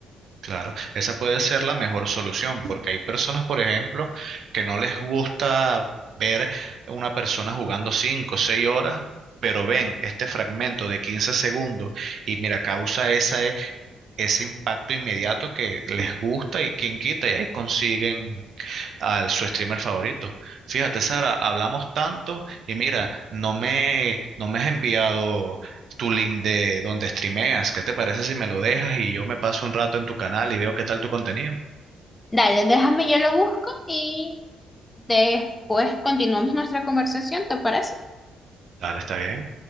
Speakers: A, on the right (about 60°); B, on the left (about 20°).
A: claro. Esa puede ser la mejor solución, porque hay personas, por ejemplo, que no les gusta ver una persona jugando 5, o 6 horas, pero ven este fragmento de 15 segundos y mira, causa esa, ese impacto inmediato que les gusta y quien quita y ahí consiguen al su streamer favorito. Fíjate, Sara, hablamos tanto y mira, no me, no me has enviado tu link de donde streameas. ¿Qué te parece si me lo dejas y yo me paso un rato en tu canal y veo qué tal tu contenido?
B: Dale, déjame, yo lo busco y después continuamos nuestra conversación, ¿te parece?
A: Dale, está bien.